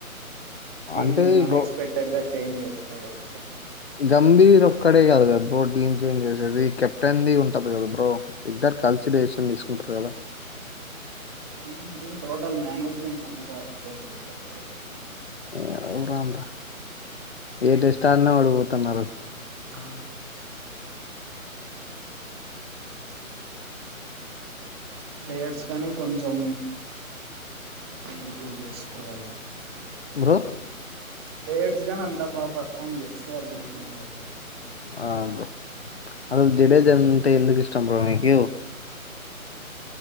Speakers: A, on the right (about 20°); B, on the left (about 45°).
A: టీమ్
B: అంటే
A: అన్ఎక్స్పెక్టెడ్
B: గో
A: గా చేంజ్ చేస్తాడు ఒకొసారి
B: గంభీర్ ఒక్కడే కాదు కదా బ్రో టీమ్ చేంజ్ చేసేది కెప్టెన్ ది ఉంటది కదా బ్రో ఇద్దరు కలిసి డేసిషన్ తీసుకుంటరు కదా
A: <unintelligible> టోటల్ మేనేజ్మెంట్ అంతా అట్లే ఉంది బ్రో ఇప్పుడు
B: ఏదో బ్రో అంత ఏ టెస్ట్ ఆడిన ఓడిపోతున్నారు
A: ఆ ప్లేయర్స్ కానీ కొంచెం ఇంప్రూవ్ చేసుకోవాలి
B: బ్రో
A: ప్లేయర్స్ గాని అంతా బాగా పర్ఫామ్ చేస్తే అప్పుడు కొంచెం
B: ఆ బ్రో అసల్ జడేజ అంటే ఎందుకు ఇష్టం బ్రో నీకు